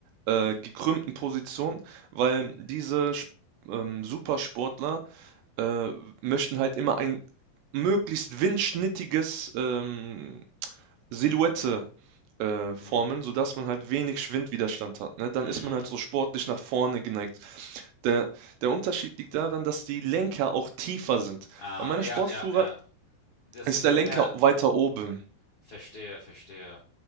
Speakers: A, on the right (about 75°); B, on the left (about 70°).
A: äh, gekrümmten Position, weil diese Sp- ähm, Supersportler äh, möchten halt immer ein möglichst windschnittiges ähm, Silhouette äh,
B: hm,
A: formen, sodass man halt wenig Schwindwiderstand hat. Ne? Dann
B: hm.
A: ist man halt so sportlich nach vorne geneigt. Der, der Unterschied liegt daran, dass die Lenker auch tiefer sind.
B: Ah,
A: Bei meiner
B: ja,
A: Sportstourer
B: ja, ja. Das
A: ist
B: sieht
A: der
B: dann
A: Lenker
B: mehr.
A: weiter oben.
B: Verstehe, verstehe.